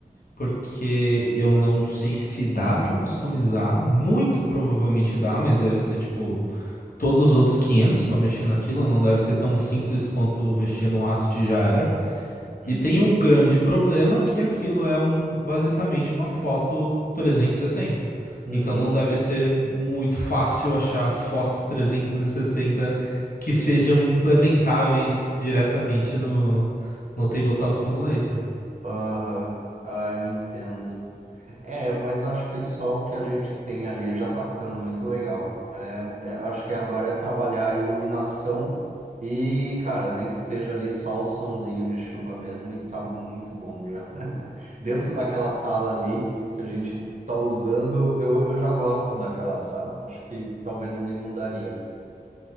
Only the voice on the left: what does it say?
Porque eu não sei se dá pra customizar, muito provavelmente dá, mas deve ser tipo todos os outros 500 para mexer naquilo, não deve ser tão simples quanto mexer no Asset já era.
E tem o grande problema que aquilo é um, basicamente uma foto 360.
Então não deve ser muito fácil achar fotos 360 que sejam implementáveis diretamente no, no Tabletop Simulator.